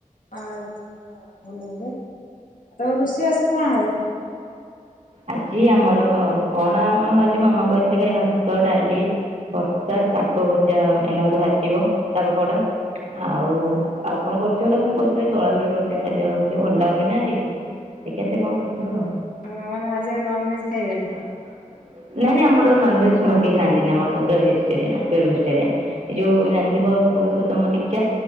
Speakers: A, on the left (about 70°); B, on the right (about 55°).
A: ବାହୁଡା଼ ଯାତ୍ରା ଭଲ ହୁଏ ଆଉ ତମ ରୋଷେଇବାସ କଣ ହବ?
B: ଆଜି ଆମର କଣ ଆମ ଆଜି ମାମା କହିଥିଲେ ଖାଲି ଭାତ ଡାଲି। ଭର୍ତ୍ତା ଶାଗ ଭଜା ଏଇନା ବୋଧେ ଭାଜିବ ଶାଗ ଖରଡ଼ା। ଆଉ ଆଉ କଣ କରିଥିବ ତାକୁ ମୁଁ କହିଥିଲି ଦଳା ଦଳି କରିଦେ ଖାଇଦବା ବୋଲି ଭଲ ଲାଗୁନି ନା ଆଜି। ଦେଖିଆ ସେକଣ କରିଥିବ ଆଉ?
A: ହଁ ମାନେ ଆଜି ଆଉ ନନ୍ ଭେଜ ଖାଇବେନି?
B: ନାଇଁ ନାଇଁଆମର ନନ ଭେଜ ନୁହଁ କେହି ଖାଆନ୍ତିନି ଆମରସବୁ ଭେଯେତଟେ ରିଆନ ପୁରା ଭେଜିଟେରିଆନ। ଏ ଯୋଉ ଜାଣିଥିବ ପୁରୁଷୋତ୍ତମ ଦୀକ୍ଷା